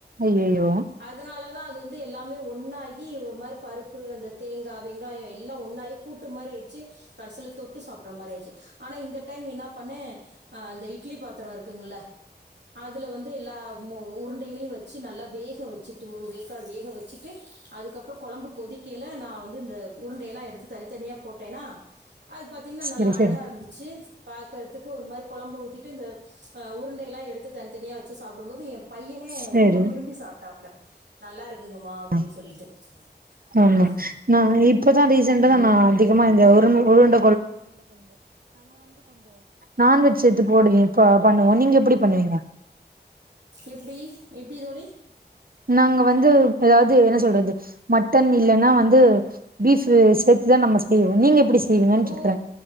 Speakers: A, on the right; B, on the right.
A: ஐய்யயோ
B: அதனால தாஅது வந்து எல்லாமே ஒன்னாகி ஒரு மாதிரி பருப்பு அந்த தேங்கா வெங்காயம் எல்லா ஒன்னாகி கூட்டு ட்டு மாரி ஆயிச்சு கடைசில தொட்டு சாப்டுற மாதிரி ஆயிச்சு ஆனா இந்த டைம் என்ன பண்ணே அ அந்த இட்லி பாத்திரம் இருக்குங்கல்ல அதுல வந்து எல்லா உருண்டைகளையும் வச்சு நல்லா வேக வச்சுட்டு ஒரு வேக்காடு வேக வச்சுட்டு அதுக்கப்புறோ கொழம்பு கொதிக்கையில நா வந்து இந்த உருண்டையெல்லா எடுத்து தனித் தனியா போட்டேன்னா அது பாத்தீங்கன்னா
A: சரி
B: நல்லா அழகா
A: சரி
B: இருந்து ச்சு பாக்கறதுக்கு ஒரு மாரி குழம்ப ஊத்திட்டு இந்த அ உருண்டெயெல்லா எடுத்து தனித்தனியா வச்சு சாப்டும்போது எ பையனே
A: சரி
B: ரொம்ப விரும்பி சாப்ட்டாப்புல நல்லா இருக்குங்கம்மா அப்படின்னு
A: ஆ
B: சொல்லிட்டு
A: கோழி
B: ஆ
A: நா இப்பதா ரீசண்டா
B: ம்
A: தா நா வ்ந் நான்வெஜ் சேத்து போடுவீ பண்ணுவோ நீங்க எப்டி பண்ணுவீங்க
B: எப்டி எப்டி தோழி
A: நாங்க வந்து எப்பயாவது என்ன சொல்றது மட்டன் இல்லைன்னா வந்து பீஃப் சேத்துதா நம்ம செய்வோ நீங்க எப்டி செய்வீங்கன்னு
B: ஓ
A: கேக்குறே